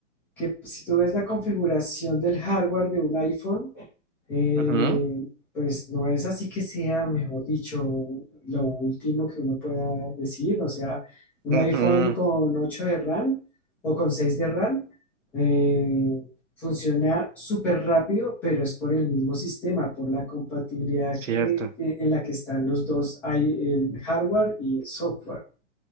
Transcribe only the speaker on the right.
Ujú,
ujú,
Cierto,